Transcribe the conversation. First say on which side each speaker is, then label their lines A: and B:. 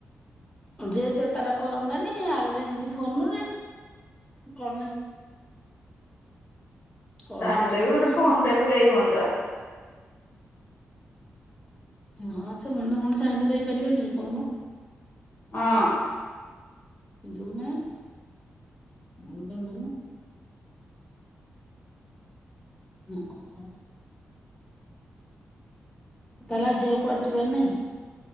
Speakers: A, on the left; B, on the left.
A: ଯେ ସେ ତାରା କରନ୍ତାନି ଆର ଦିଦି ତି ଫୋନରେ। କରୁନେହିଁ। କଲ୍
B: ତାହେଲେ
A: ଟେ କରନ୍ତୁ
B: ବି ଗୋଟେ
A: ନା
B: ଫୋନଟେ
A: ଆଉ।
B: ବି ଦେଇ ହୁଅନ୍ତା।
A: ହଁ ସେମାନେ କଣ ଚାହିଁଲେ ଦେଇପାରିବେନି କହୁନ?
B: ହଁ।
A: ଯୋଉନା <inaudible> <unintelligible> ହ ହ ତ <unintelligible> ତାହେଲେ ଆଜି ଆଉ କୁଆଡେ ଯିବାର ନାଇଁ?